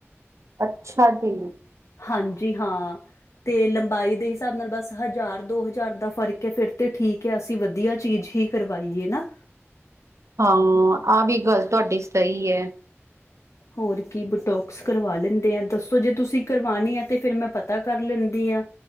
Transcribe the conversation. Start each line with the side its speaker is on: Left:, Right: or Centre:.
Right: ਅੱਛਾ ਜੀ।
Left: ਹਾਂਜੀ ਹਾਂ। ਤੇ ਲੰਬਾਈ ਦੇ ਹਿਸਾਬ ਨਾਲ ਬਸ ਹਜ਼ਾਰ ਦੋ ਹਜ਼ਾਰ ਦਾ ਫ਼ਰਕ ਹੈ ਫਿਰ ਤੇ ਠੀਕ ਹੈ ਅਸੀਂ ਵਧੀਆ ਚੀਜ਼ ਹੀ। ਕਰਵਾਈ ਏ ਨਾ।
Right: ਹਾਂ ਆਹ ਵੀ ਗੱਲ ਤੁਹਾਡੀ ਸਹੀ ਹੈ।
Left: ਹੋਰ ਕੀ ਬਟੋਕਸ ਕਰਵਾ ਲੈਂਦੇ ਆ ਦੱਸੋ ਜੇ ਤੁਸੀਂ ਕਰਵਾਉਣੀ ਆ ਤਾਂ ਫਿਰ ਮੈਂ ਪਤਾ ਕਰ ਲੈਂਦੀ ਹਾਂ।